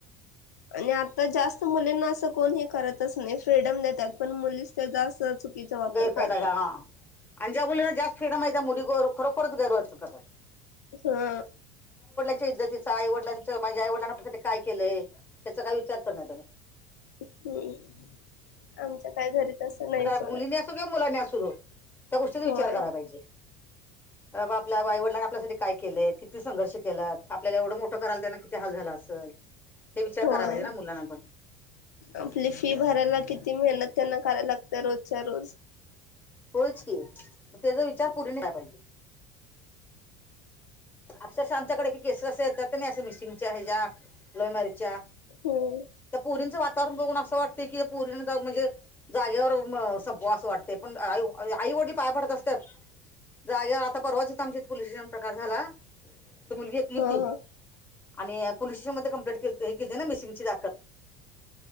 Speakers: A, on the left (about 85°); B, on the left (about 20°).
A: आणि आता जास्त मुलींना असं कोण हे करतच नाही फ्रीडम देतात पण मुली जास्त चुकीचा वापर
B: गैरफायदा
A: करतात.
B: घ्या हा आणि ज्या बना जास्त ्री माहिती्या मुली खरोखरच गैर वाटतो क
A: हा
B: इतीच आईवडलांच म्हणजे आईवडलांसाठी काय केलंय त्याचा काही विचार करण त्यांनी
A: हम्म आमच्या काय घरी त असं नाहीच
B: मुलीनी असो किंवा मुलांनी असू त्या गोष्टीचा
A: होय
B: विचार करायला पाहिजे आपल्या आई वडिलांने आपल्यासाठी काय केलंय किती संघर्ष केलात आपल्याला एवढं मोठं कराला त्यांना किती हाल झाला असेल हे विचार
A: होय
B: कराय पाहिजे ना मुलांना पण
A: आपली फी भरायला किती मेहनत त्यांना करायला तरोच रोज
B: होयच की त्याचा विचार पुरीनी नला पाहिजे अक्षरशः आमच्याकडे केस अस येतात नाही असं मिसिंगच्या ह्याच्या्या लोईमारीच्या
A: होम
B: पुरींचं वातावरण बघून असं वाटते की पुरी म्हणजे जागेवर संपवाव असं वाटते पण आई वडील पाया पडत असतात जाग्या आता परवाच आमच्या पोलिस स्टेशन प्रकार झाला ती मुलगी घेतली
A: हा
B: ती
A: हा
B: आणि पोलीस स्टेशन म कंप्लेंट हे किती ना मिसिंगची दाखल